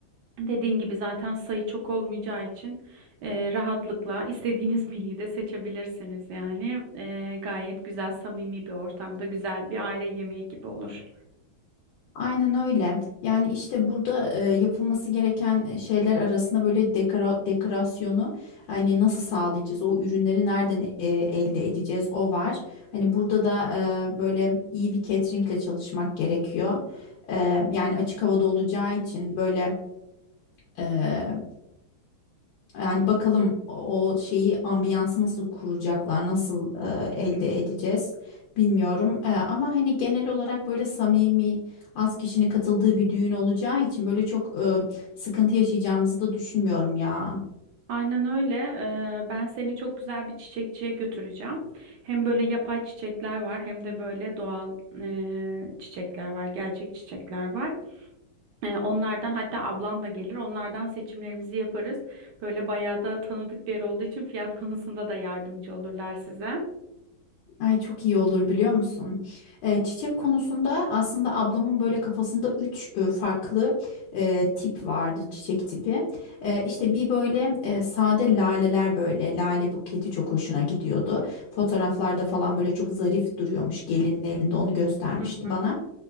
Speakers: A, on the right (about 70°); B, on the left (about 85°).
A: Dediğin gibi zaten sayı çok olmayacağı için e, rahatlıkla istediğiniz <laughs> menüyü de seçebilirsiniz. Yani E, gayet güzel, samimi bir ortamda güzel bir aile yemeği gibi olur.
B: Aynen öyle. Yani işte burada e, yapılması gereken şeyler arasında böyle dekora, dekorasyonu hani nasıl sağlayacağız? O ürünleri nereden e, elde edeceğiz? O var. Hani burada da e, böyle iyi bir cateringle çalışmak gerekiyor. E, yani açık havada olacağı için böyle e, Yani bakalım o şeyi ambiyansı nasıl kuracaklar, nasıl e, elde edeceğiz bilmiyorum. E, ama hani genel olarak böyle samimi az kişinin katıldığı bir düğün olacağı için böyle çok e, sıkıntı yaşayacağımızı da düşünmüyorum ya.
A: Aynen öyle. Ee, ben seni çok güzel bir çiçekçiye götüreceğim. Hem böyle yapay çiçekler var hem de böyle doğal e, çiçekler var, gerçek çiçekler var. Ee, onlardan hatta ablan da gelir. Onlardan seçimlerimizi yaparız. Böyle bayağı da tanıdık bir yer olduğu için fiyat konusunda da yardımcı olurlar size.
B: Ay çok iyi olur biliyor musun? Ee, çiçek konusunda aslında ablamın böyle kafasında üç e, farklı e, tip vardı çiçek tipi. E, işte bir böyle e, sade laleler böyle lale buketi çok hoşuna gidiyordu. Fotoğraflarda falan böyle çok zarif duruyormuş gelinin elinde onu göstermişti
A: Hı hı.
B: bana.